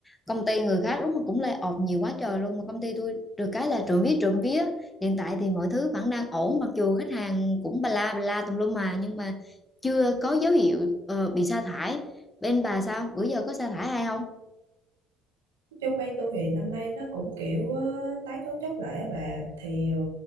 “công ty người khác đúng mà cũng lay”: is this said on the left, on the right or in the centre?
Left